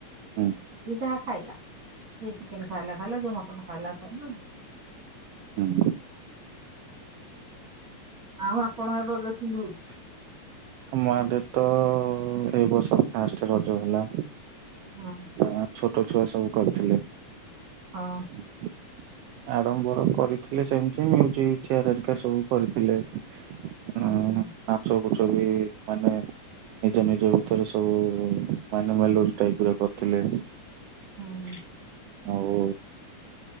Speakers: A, on the right; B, on the right.
A: ହୁଁ
B: ଯିଏ ଯାହା ଖାଇଲା ଯିଏ ଚିକେନ ଖାଇଲା ଖାଇଲା ଯିଏ ମଟନ ଖାଇଲା ଖାଇଲା
A: ହୁଁ।
B: ଆଉ ଆପଣ ଏବେ <unintelligible> ହଉଚି।
A: ଆମ ଆଡେ ତ ଏଇ ବର୍ଷ ଫାଷ୍ଟେ ରଜ ହେଲା।
B: ହଁ।
A: ହଁ ଛୋଟ ଛୁଆ ସବୁ କରୁଥିଲେ।
B: ହଁ।
A: ହୁଁ ହୁଁ। ଆରମ୍ଭ ରୁ କରିଥିଲେ ସେମିତି ମ୍ୟୁଜିକ ଚେୟାର ହେରିକା ସବୁ କରିଥିଲେ। ଉଁ
B: ହୁଁ।
A: ନାଚ କୁଚ ବି ମାନେ ନିଜ ନିଜ ଭିତରେ ସବୁ ମାନେ ମେଲୋଡି ଟାଇପର କରିଥିଲେ।
B: ହୁଁ।
A: ଆଉ